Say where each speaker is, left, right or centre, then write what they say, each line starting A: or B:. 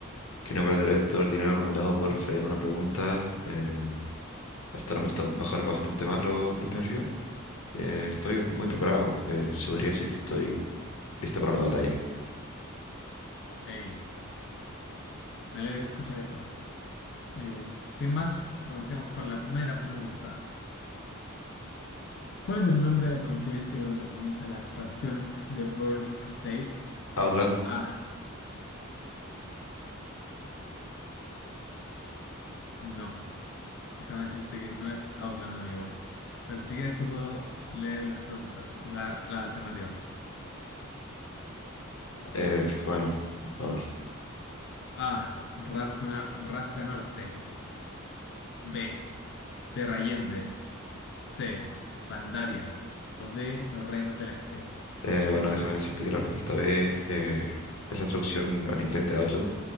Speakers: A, on the left; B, on the left.
A: que no perderé todo el dinero acumulado por fallar una pregunta. eh, bastaron bastan- bajaron bastante más lo- los nervios. Eh, estoy muy preparado. eh, se podría decir que estoy listo para la batalla.
B: Hey, me alegra escuchar eso. Eh, sin más, comencemos con la primera pregunta. ¿Cuál es el nombre del continente donde comienza la expansión de Burning Crusade?
A: Outland,
B: A. No. Déjame decirte que no es Outland, amigo. Pero si quieres te puedo leer las preguntas, la- las alternativas.
A: eh, bueno, por favor.
B: A. Rasga, Rasga Norte. B. Terrallende. C. Pandaria. O D. Los Reinos del Este.
A: Eh, bueno, déjame decirte que la respuesta B eh, es la traducción al inglés de Outland.